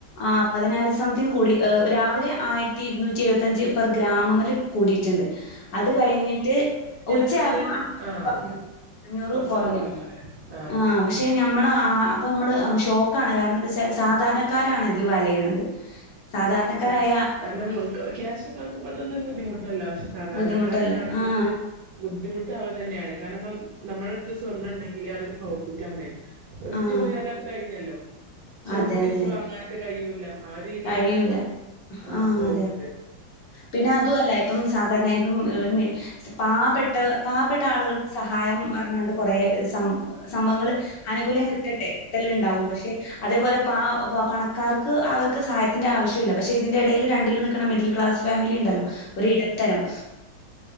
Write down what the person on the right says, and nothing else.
കൂടിയിട്ടുണ്ട്
പിന്നെ ഉച്ചക്ക് കുറച്ച് കഴിഞ്ഞേനേഷം
ഒന്ന്
ആഹ്
കുറച്ചൊന്ന്
കുറഞ്ഞല്ലേ ആഹ്
അതെ അവരെ കാരണം ക്യാഷ് ള്ളോർക്ക്തൊന്നൊരു ബുദ്ധിമുട്ടല്ല. പക്ഷെ സാധാരണക്കാരായ
ആള്കള്
ഇത്. ബുദ്ധിമുട്ട് ആവ തന്നെയാണ്. കാരണം ഇപ്പ നമ്മുടെ അടുത്ത് സ്വർണ്ണം ഉണ്ടെങ്കില് അതൊരു പ്രോഫിറ്റ് ആണ്. വിറ്റ്
പോയാൽ അത് കഴിഞ്ഞല്ലോ? പക്ഷെ
നമുക്ക് തിരിച്ച്
വാങ്ങാനായിട്ട് കഴിയൂല്ല. ആര് - തിയിലാണിപ്പോ,
ആഹ
പോകുന്നത്.